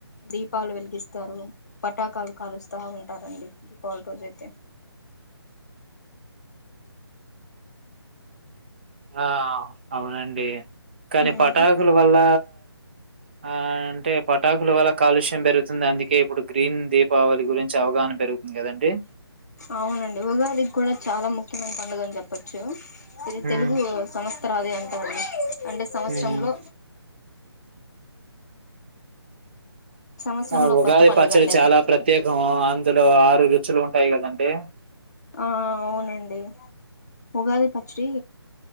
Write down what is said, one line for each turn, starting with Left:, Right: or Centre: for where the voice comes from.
Left: దీపాలు వెలిగిస్తారు పటాకాలు కాలుస్తా ఉంటారండి దీపావళి రోజైతే
Right: ఆ అవునండి కానీ
Left: ఉమ్
Right: పటాకులు వల్ల ఆ అంటే ప పటాకుల వల్ల కాలుష్యం పెరుగుతుంది అందుకే ఇప్పుడు గ్రీన్ దీపావళి గురించి అవగాహన పెరుగుతుంది కదండి
Left: అవునండి ఉగాదికి కూడా చాలా ముఖ్యమైన పడుగ అని చెప్పచ్చు ఇది
Right: హ్మ్
Left: తెలుగు సంస్ త్రాది అంటా ఉంది అంటే సంవత్సరంలో
Right: హ్మ్
Left: సంవత్సరంలో
Right: ఆ ఉగాది
Left: కొత్త పండుగ
Right: పచ్చడి
Left: అండి
Right: చాలా
Left: అది
Right: ప్రత్యేకం అందులో ఆరు చ్చులు ఉంటాయి కదండడి
Left: ఆ అవునండి ఉగాది పచ్చడి